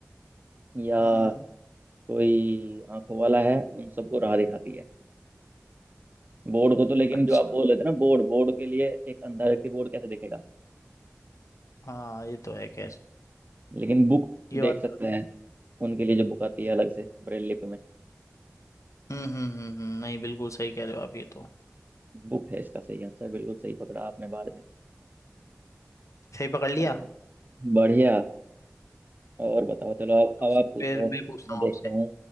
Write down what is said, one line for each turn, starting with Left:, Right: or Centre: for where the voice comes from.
Right: या
Left: हम्म हम्म।
Right: कोई आंखों वाला है उन सबको राह दिखाती है बोर्ड को तो लेकिन
Left: अच्छा
Right: जो आप बोल रहे थे ना बोर्ड बोर्ड के लिए एक अंधा व्यक्ति बोर्ड कैसे देखेगा
Left: हाँ ये तो है खैर
Right: लेकिन बुक
Left: ये
Right: देख
Left: बात
Right: सकते हैं उनके लिए जो बुक आती है अलग से ब्रेल लिपि में
Left: हम्म हम्म हम्म हम्म, नहीं बिल्कुल सही कह रहे हो आप ये तो
Right: बुक है इसका सही आंसर बिल्कुल सही पकड़ा आपने बाद में
Left: सही पकड़ लिया
Right: चलो बढ़िया और बताओ चलो अब
Left: तो
Right: अब
Left: फिर
Right: आप पूछो
Left: मैं पूछता
Right: मैं
Left: हूँ
Right: देखता
Left: आपसे
Right: हूँ